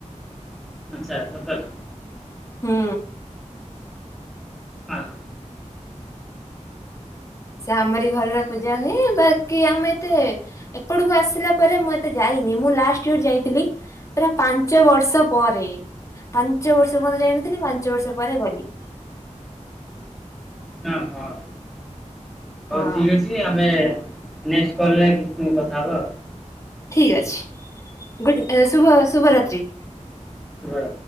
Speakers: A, in the centre; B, on the left.
A: ଆଚ୍ଛା ସତରେ?
B: ହୁଁ।
A: ଆ
B: ସେ ଆମରି ଘରରେ ପୂଜା ହୁଏ ବାକି ଆମେ ଏତେ ଏପଟକୁ ଆସିଲା ପରେ ମୁଁ ଏତେ ଯାଇନି ମୁଁ ଲାଷ୍ଟ ଇୟର ଯାଇଥିଲି। ପୁରା ପାଞ୍ଚ ବର୍ଷ ପରେ ପାଞ୍ଚ ବର୍ଷ ପର୍ଯ୍ୟନ୍ତ ଯାଇନଥିଲି ପାଞ୍ଚ ବର୍ଷ ପରେ ଗଲି।
A: ହଁ ହଁ ହଉ
B: ହଁ
A: ଠିକ୍ ଅଛି। କି ଆମେ ନେଷ୍ଟ କଲ ରେ କି କଥା ହବା ଆଉ।
B: ଠିକ୍ ଅଛି ଗୁଡ଼୍ ଏ ଶୁଭ ଶୁଭରାତ୍ରି।
A: ଶୁ ରା